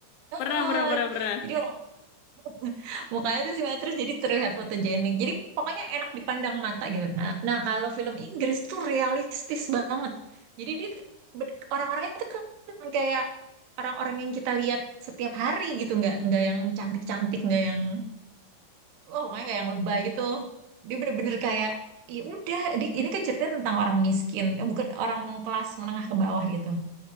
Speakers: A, on the right (about 75°); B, on the left (about 80°).
A: Heeh.
B: pernah pernah pernah pernah.
A: Jadi orang <laughs> mukanya tuh simetris jadi terlihat fotogenik. Jadi pokoknya enak dipandang mata gitu. Nah, nah kalau film Inggris tuh realistis banget. Jadi dia ke- ber- orang-orangnya tuh ke- kayak orang-orang yang kita lihat setiap hari gitu, nggak nggak yang cantik-cantik, nggak yang oh pokoknya nggak yang lebay gitu. Dia bener-bener kayak ya udah di- ini kan ceritanya tentang orang miskin, eh, bukan orang kelas menengah ke bawah gitu.